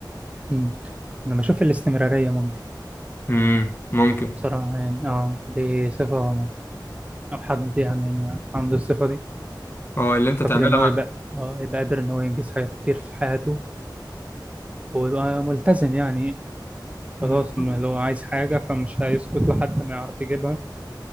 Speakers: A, on the right (about 15°); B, on the left (about 30°).
A: امم انا بشوف الاستمرارية ممكن
B: امم ممكن
A: بصراحة يعني اه دي صفة لو حد يعني عنده الصفة دي
B: اه اللي أنت تعملها
A: اعتقد ان هو يبقى اه يبقى قادر ان هو ينجز حاجات كتير في حياته ويبقى ملتزم يعني
B: بالظبط
A: خلاص ما- لو عايز حاجة فمش هيسكت لحد ما يعرف يجيبها